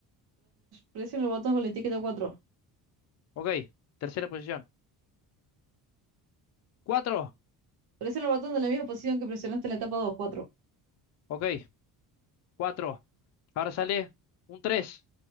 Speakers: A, on the right (about 75°); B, on the left (about 45°).
A: Presiona el botón con la etiqueta cuatro
B: Ok. Tercera posición. cuatro
A: Presiona el botón de la misma posición que presionaste en la etapa 2. 4.
B: Ok. cuatro Ahora sale un tres